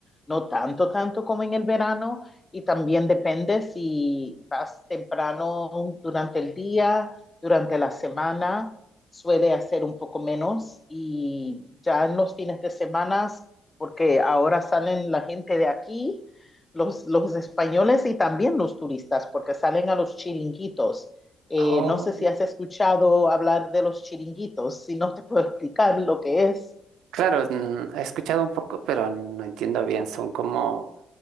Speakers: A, on the left; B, on the right.
A: no tanto, tanto como en el verano. Y también depende si vas temprano durante el día, durante la semana, suele hacer un poco menos. Y ya en los fines de semana, porque ahora salen la gente de aquí, los, los españoles y también los turistas, porque salen a los chiringuitos eh,
B: Oh,
A: no sé si has escuchado hablar de los chiringuitos, si no te puedo explicar lo que es.
B: claro, mm, he escuchado un poco, pero no entiendo bien. ¿Son como